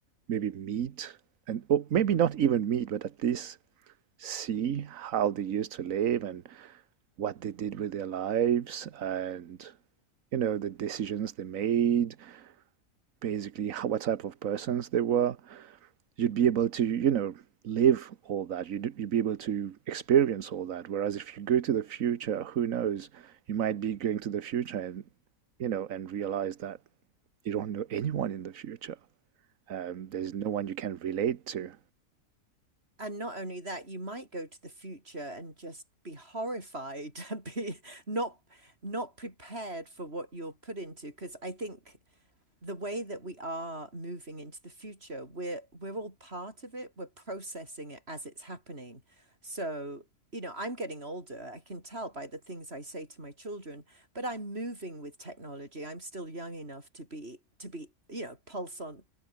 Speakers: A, on the right (about 70°); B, on the right (about 45°).
A: maybe meet, and or maybe not even meet, but at least see how they used to live and what they did with their lives and, you know, the decisions they made, basically how, what type of persons they were you'd be able to, you know, live all that. You'd, you'd be able to experience all that. Whereas if you go to the future, who knows? You might be going to the future and, you know, and realize that you don't know anyone in the future. Um, there's no one you can relate to.
B: And not only that, you might go to the future and just be horrified, <laughs> be not not prepared for what you're put into. Because I think the way that we are moving into the future, we're we're all part of it. We're processing it as it's happening. So, you know, I'm getting older. I can tell by the things I say to my children, but I'm moving with technology. I'm still young enough to be to be, you know, pulse on